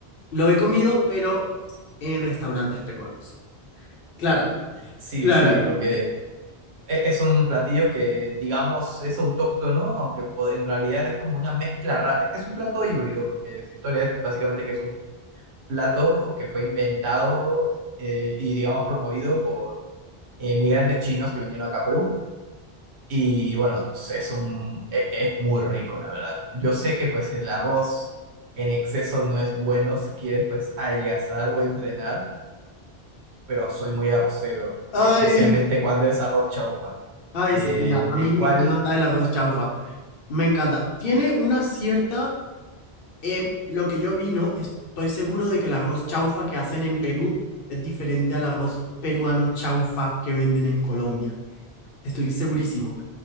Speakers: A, on the left; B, on the right.
A: Lo he comido, pero en restaurantes peruanos. Claramente.
B: Sí,
A: Claramente.
B: sí, porque e- Es un platillo que, digamos, es autóctono, aunque po- en realidad es como una mezcla rara. Es un plato híbrido, porque su historia es básicamente que es un plato que fue inventado eh, y, digamos, promovido por inmigrantes chinos que vinieron acá a Perú. Y bueno, es es un, e- es muy rico, la verdad. Yo sé que pues el arroz en exceso no es bueno si quieres pues adelgazar o entrenar, pero soy muy arrocero, y
A: Ay,
B: especialmente cuando es arroz chaufa
A: ay,
B: eh,
A: sí. Mira, a
B: el
A: mí me
B: cual
A: encanta el arroz chaufa. Me encanta. Tiene una cierta, em, lo que yo vi, ¿no? Estoy seguro de que el arroz chaufa que hacen en Perú es diferente al arroz peruano chaufa que venden en Colombia. estoy segurísimo.